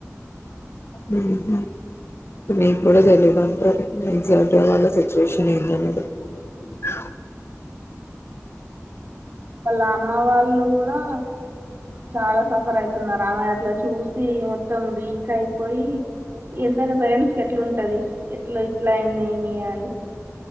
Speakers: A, on the left (about 50°); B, on the right (about 45°).
A: మ్ హ్ మీకు కూడా తెలియదుంటారు ఎక్సెక్ట్స్ వాళ్ళ సిచ్యువేషన్ <unintelligible>
B: వాళ్ళా అమ్మ వాళ్ళు గూడా చాలా సఫర్ అయితున్నారు ఆమెని అట్ల చూసి మొత్తం వీక్ అయిపోయి ఎంతైనా పేరెంట్స్ కెట్లుంటది ఎట్ల ఇట్లా అయింది ఇమియా అని